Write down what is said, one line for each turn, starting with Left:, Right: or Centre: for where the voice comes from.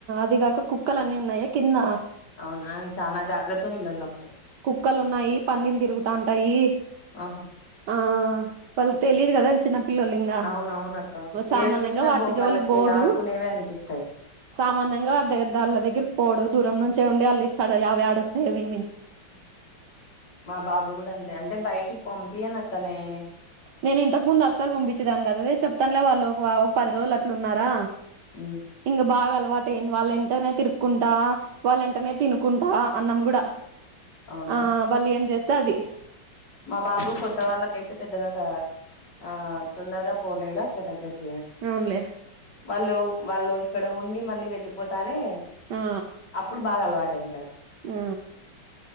Right: అదిగాక కుక్కలు అన్నీ ఉన్నాయా కింద
Left: అవునాంగ్ చనా జాగ్రత్త ఉండల
Right: కుక్కలున్నాయి పన్నలు తిరుగుతాంటాయి
Left: ఆహా
Right: ఆ పల్ తెలిది కదా పిలలింగా
Left: అవునవునక్క
Right: సామాన్యంగా
Left: ఏవి చూసినా
Right: వాటి
Left: బొమ్మలకి
Right: జోలికి పోోదు
Left: ఆడుకునేవే అనిపిస్తాయి
Right: సామాన్యంగా వా దగ్గళ్ళ దగ్గరి పోడు దూరం నుంచే ఉండి అళ్లిస్తడు అవవి ఆడ వస్తాయవి
Left: మా బాబు కూడా అంతే అంటే బయటికి పంపియను అక్క నేనే
Right: నేను ఇంతకు ముందు అస్సలు పంపించేదాను కదాదది చెప్తాలే వాళ్ళు ఒక ఒక పది రోజులు అట్లు ఉన్నారా
Left: ఉమ్
Right: ఇంగ బాగాల అలవాటయింది వాళ్ళుంటనే తిరుక్కుంటా వాళ్ళెంటనే తినుకుంటా అన్నాం కూడా
Left: అవునా
Right: ఆ వాళ్ళు ఏం చేస్తే అది
Left: మా బాబు కొత్త వాళ్ళకైతే పెద్దగాగా ఆ తొందరగా పోలేడు అక్క దగ్గరకి
Right: అవునులే
Left: వాళ్ళు వాళ్ళు ఇక్కడ ఉండి మళ్ళీ వెళ్ళిపోతారే
Right: ఆ
Left: అప్పుడు బాగా అలవాట అైంటాడు
Right: ఆ